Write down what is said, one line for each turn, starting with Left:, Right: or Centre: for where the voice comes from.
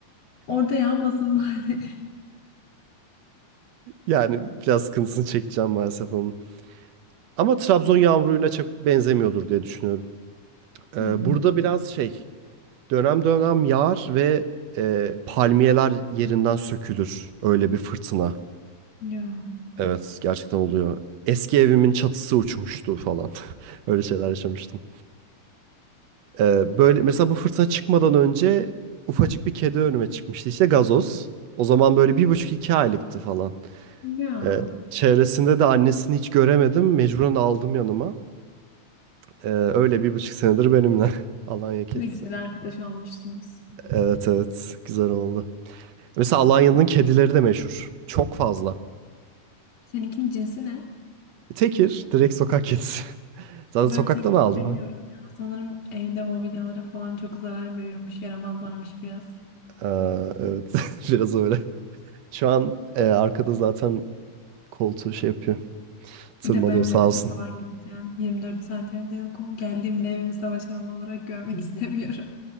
Left: Orada yağmasın bari. <laughs>
Right: Yani biraz sıkıntısını çekeceğim maalesef onun. Ama Trabzon yağmuruyla çok benzemiyordur diye düşünüyorum. Ee,
Left: Hmm.
Right: burada biraz şey Dönem dönem yağar ve e, palmiyeler yerinden sökülür. Öyle bir fırtına.
Left: Ya.
Right: Evet, gerçekten oluyor. Eski evimin çatısı uçmuştu falan. <laughs> Öyle şeyler yaşamıştım. E, böyle mesela bu fırtına çıkmadan önce ufacık bir kedi önüme çıkmıştı. İşte gazoz. O zaman böyle bir buçuk iki aylıktı falan.
Left: Ya.
Right: E, çevresinde de annesini hiç göremedim. Mecburen aldım yanıma. E, öyle bir buçuk senedir benimle. <laughs> Alanya kedisi.
Left: Ne güzel arkadaş olmuşsunuz.
Right: Evet evet güzel oldu. Mesela Alanya'nın kedileri de meşhur. Çok fazla.
Left: Seninkinin cinsi ne?
Right: E, Tekir direkt sokak kedisi. <laughs> Zaten
Left: Ben
Right: sokaktan
Left: tek
Right: aldım
Left: istemiyorum
Right: ha.
Left: ya. Sanırım evde mobilyalara falan çok zarar veriyormuş. Yaramazlarmış biraz.
Right: Aa, evet <laughs> biraz öyle. Şu an e, arkada zaten koltuğu şey yapıyor. Tırmalıyor
Left: Bir de ben
Right: sağ
Left: nöbete
Right: olsun.
Left: falan gideceğim. 24 saat evde yokum. Geldiğimde evimi savaş alanı olarak görmek <laughs> istemiyorum.